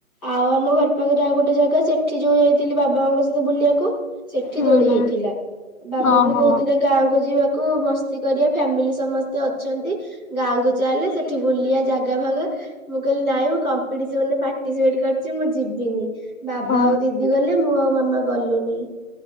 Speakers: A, on the left (about 15°); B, on the left (about 80°).
A: ଆଉ ଆମ ଘର ପାଖରେ ଆଉ ଗୋଟେ ଜାଗା ସେଠି ଯୋଉ ଯାଇଥିଲ ବାବାଙ୍କ ସହିତ ବୁଲିବାକୁ ସେଠି
B: ହୁଁ
A: ଦୋଳି
B: ହୁଁ
A: ହେଇଥିଲା। ବାବା
B: ଓହୋ
A: ବି କହୁଥିଲେ ଗାଁକୁ ଯିବାକୁ କୁ ମସ୍ତି କରିବା ଫ୍ୟାମିଲି ସମସ୍ତେ ଅଛନ୍ତି। ଗାଁକୁ ଚାଲେ ସେଠି ବୁଲିବା ଜାଗା ଫାଗା। ମୁଁ କହିଲି ନାଇଁ ମୁଁ କମ୍ପିଟ୍ସନ୍ ପା ଯି ୱେଟ୍ କରିଛି ମୁଁ ଯିବିନି। ବାବା
B: ଓ
A: ଆଉ ଦିଦି ଗଲେ ମୁଁ ଆଉ ମାମା ଗଲୁନି।